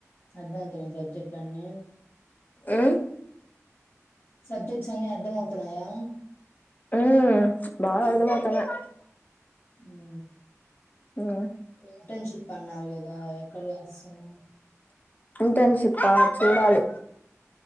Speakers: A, on the left; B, on the left.
A: అర్థమవుతున్నాయ సబ్జెక్టులన్నీ
B: ఉమ్
A: సబ్జెక్ట్స్ అన్ని అర్ధమవుతున్నాయా
B: ఉ బాగా అర్థమవుతున్నాయి
A: ఉ
B: ఉమ్
A: ఇంటర్న్షిప్ అన్న న్నారు కదా ఎక్కడ చేస్తున్నావు
B: ఇంటర్న్షిప్పా చూడాలి